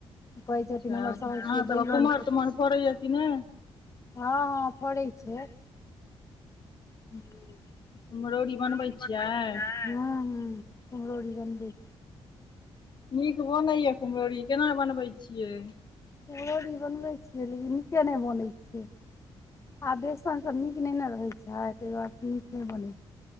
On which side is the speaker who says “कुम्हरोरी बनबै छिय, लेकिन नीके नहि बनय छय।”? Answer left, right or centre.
Left